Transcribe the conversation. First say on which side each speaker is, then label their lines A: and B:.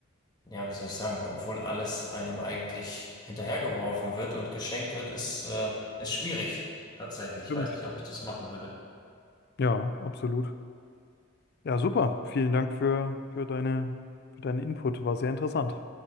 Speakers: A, on the left; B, on the left.
A: ja, wie soll ich sagen, obwohl alles einem eigentlich hinterhergeworfen wird und geschenkt wird, ist, äh, ist schwierig, tatsächlich.
B: stimmt.
A: Ich weiß nicht, ob ich das machen würde.
B: Ja, absolut. Ja, super. Vielen Dank für, für deine, für deinen Input. War sehr interessant.